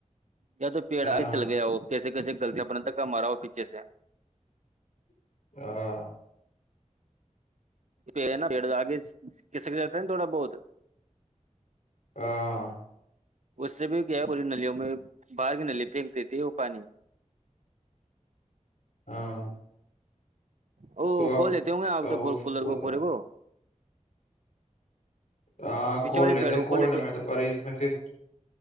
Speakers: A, on the right (about 65°); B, on the left (about 75°).
A: یا تو پیڑ
B: ہاں
A: آ ہی چل گیا وہ پ جے کیسے لطی اپنے تھا کا مارا ہو پیچھے سے
B: <inaudible>
A: پ نا پیڑ آگے کسک جاتا ہے نا تھوڑا بہت
B: ہاں
A: اس سے بھی کیا ہے پوری نلوں میں باہر کی نلی پھینک دی تھی وہ پانی
B: ہاں
A: او
B: تو اب
A: ک لیتے ہوں گے آپ
B: اب
A: تو
B: اس
A: کولر
B: وہ
A: کو
B: تو
A: پورے کو
B: ہاں
A: پیچھے
B: کھول
A: والے
B: لیتے
A: پیڑ کو
B: کھولنے
A: کھول
B: میں تو ب اس میں سے